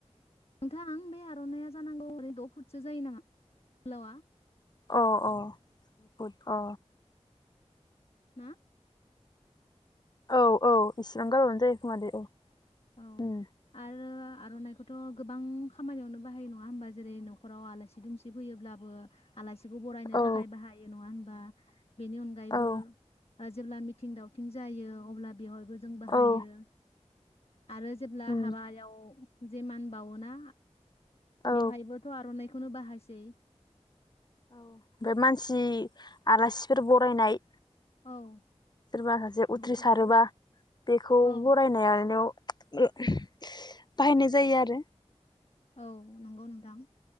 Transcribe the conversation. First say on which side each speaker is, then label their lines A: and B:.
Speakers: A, on the left; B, on the left.
A: नोंथां बे आर'नाइया जानांगौ ओरै द' फुटसो जायो नामा गोलावा?
B: अ' अ' बुद अ'।
A: मा
B: औ औ इसिबां गारबानो जायो <unintelligible>
A: औ
B: उम
A: आरो आर'नाइखौथ' गोबां खामानियावनो बाहायो नङा होमबा जेरै नख'राव आलासि दुमसि फैयोब्लाबो आलासि खौ बरायनो
B: औ
A: थाखाय बाहायो नङा होनब बा बेनि अनगायैबो
B: औ
A: ओ जेब्ला मिथिं दावथिं जायो अब्ला बेवहायबो जों बाहायो
B: औ
A: आरो जेब्ला
B: उम
A: हाबायाव जेमान बावोना
B: औ
A: बेवहायबोथ' आर'नाय खौनो बाहायसै
B: औ बे मानसि आलासिफोर बरायनाय
A: औ
B: सोरबा सासे उथ्रिसारोबा
A: बेफोराव
B: बेखौ
A: औ
B: बरायनाय <unintelligible> बाहायनाय जायो आरो
A: औ नंगौ नोंथां